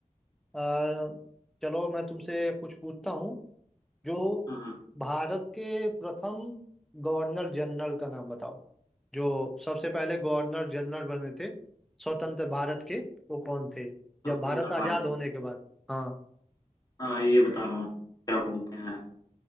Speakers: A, in the centre; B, on the left.
A: आ, चलो मैं तुमसे कुछ पूछता हूँ जो
B: हम्म, हम्म,
A: भारत के प्रथम गवर्नर जनरल का नाम बताओ जो सबसे पहले गवर्नर जनरल बने थे स्वतंत्र भारत के वो कौन थे
B: तो
A: जब
B: स्वतंत्र
A: भारत आजाद
B: भारत
A: होने के बाद हाँ
B: हाँ ये बता रहा हूँ क्या बोलते हैं